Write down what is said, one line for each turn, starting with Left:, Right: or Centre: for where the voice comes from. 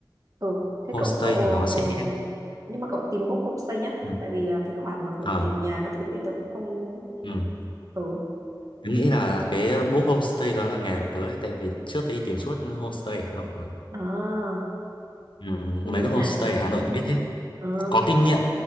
Right: ừ
Left: homestay
Right: thế cậu cậu
Left: thì nó sẽ
Right: nhưng mà cậu tìm book homestay nhá
Left: ừ.
Right: tại vì à, cái khoản mà kiểu
Left: Ờ.
Right: tìm nhà các thứ thì tớ cũng không
Left: Ừ.
Right: ừ
Left: Tớ nghĩ là cái book homestay đó là nghề của tớ ấy, tại vì trước tớ đi tìm suốt homestay ở Hà Nội mà.
Right: à
Left: Ừ,
Right: nguy
Left: mấy
Right: quá
Left: cái
Right: nhỉ
Left: homestay ở Hà Nội tôi biết
Right: ờ
Left: có kinh nghiệm